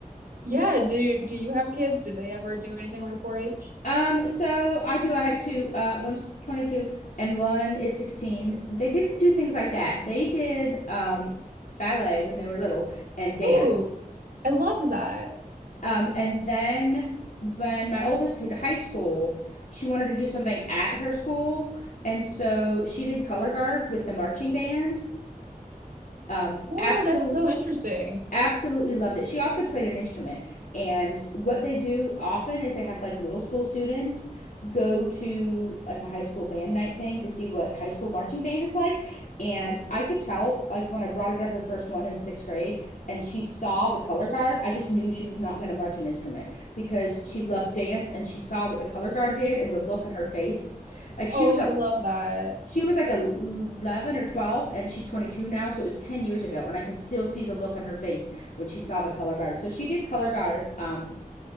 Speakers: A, on the right (about 70°); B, on the left (about 65°).
A: Yeah, do do you have kids? Did they ever do anything like 4-H?
B: Um, so I do. I have two. Uh, one's 22 and one is 16. They didn't do things like that. They did um, ballet when they were little and dance.
A: Oh, I love that.
B: Um, and then when my oldest hit high school, she wanted to do something at her school. And so she did color guard with the marching band. Um,
A: Oh,
B: absolute
A: that's so interesting.
B: absolutely loved it. She also played an instrument. And what they do often is they have like middle school students go to like a high school band night thing to see what high school marching band is like. And I could tell, like, when I brought her to her first one in sixth grade and she saw the color guard, I just knew she was not going to march an instrument because she loved dance and she saw what the color guard did and the look on her face. Like, she
A: Oh,
B: was a
A: I love that.
B: she was like 11 or 12, and she's 22 now. So it was 10 years ago. And I can still see the look on her face when she saw the color guard. So she did color guard um,